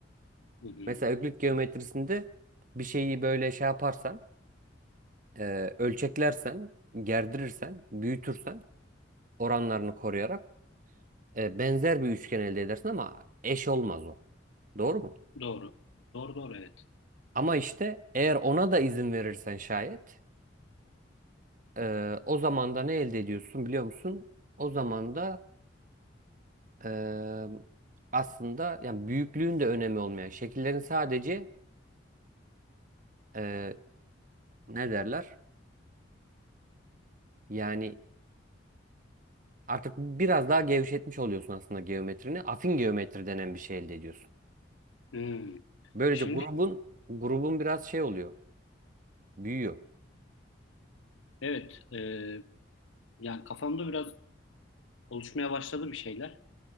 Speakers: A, on the left; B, on the right.
A: Hı, hı.
B: Mesela Öklit geometrisinde bir şeyi böyle şey yaparsan e, ölçeklersen, gerdirirsen, büyütürsen oranlarını koruyarak e, benzer bir üçgen elde edersin ama eş olmaz o. Doğru mu?
A: Doğru. Doğru doğru evet.
B: Ama işte eğer ona da izin verirsen şayet e, o zaman da ne elde ediyorsun biliyor musun? O zaman da e, aslında yani büyüklüğün de önemi olmayan şekillerin sadece e, ne derler? Yani artık biraz daha gevşetmiş oluyorsun aslında geometrini. Afin geometri denen bir şey elde ediyorsun.
A: Hı.
B: Böylece
A: Şimdi
B: grubun grubun biraz şey oluyor. Büyüyor.
A: evet e, yani kafamda biraz oluşmaya başladı bir şeyler.